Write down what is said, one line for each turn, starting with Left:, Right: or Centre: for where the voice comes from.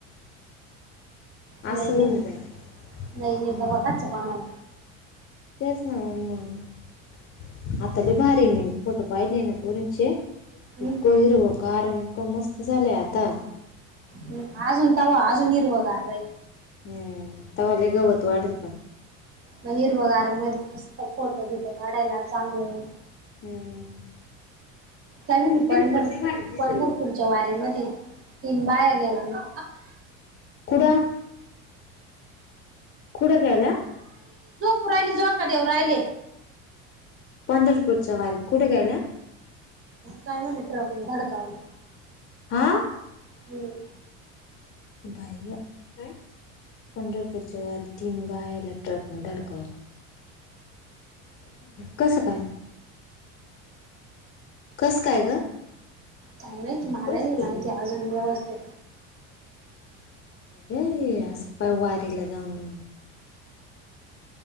Left: <inaudible>
Right: नाही
Left: असं
Right: नाही
Left: होऊन जाईल.
Right: नाही नाही,
Left: हम्म
Right: तवा कनच कामाला.
Left: तेच ना मग आता लै भारी मी, फोटो पाहिले ना मी पोरींचे.
Right: हम्म
Left: इतक हिरव गार आणि, इतक मस्त झालं आहे आता.
Right: हम्. अजुन तवा, आजून हिरवगार राहीलं.
Left: हम्. तेव्हा लै गवत वाढल पण,
Right: मग हिरवघार मध्ये, मस्त फोटो बिटो काढायला चांगलंय.
Left: हम्म.
Right: काय म्हणी पंढर
Left: नाही पण लय भारी दिसल
Right: पंढरपूरच्या
Left: मग
Right: वारी, मधी तीन बाया गेल्या.
Left: कुठं. कुठे गेल्या.
Right: पोराला झोका देऊन राहिले.
Left: पंढरपूरच्या वारी कुठे गेल्या.
Right: काय म्हणे, ट्रकन धडकावलं.
Left: हां.
Right: हम्म.
Left: बाई गं. काय. पंढरपूरच्या वारी, तीन बायाला ट्रकने धडकावल. कसं? काय? कसं? काय? ग.
Right: काय माहीत? मलाही
Left: डोसकेला
Right: नाही, माहिती
Left: बिसकेला
Right: अजून व्यवस्थित.
Left: हे ही असं पाय वारीला जाऊन आणू.